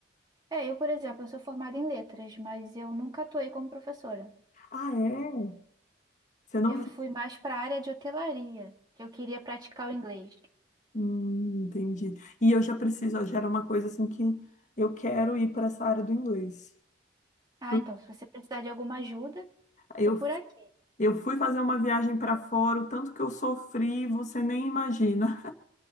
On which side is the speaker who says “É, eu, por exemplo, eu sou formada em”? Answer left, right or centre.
Right